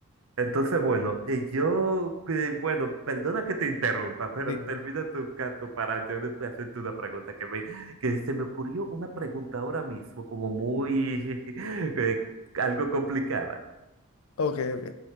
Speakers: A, on the right (about 70°); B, on the left (about 75°).
A: entonces bueno, y yo, que- bueno, perdona que te interrumpa, pero
B: Dime.
A: termina tu caso para yo después hacerte una pregunta que me, que se me ocurrió una pregunta ahora mismo como muy, <laughs> eh, algo complicada.
B: Ok, ok.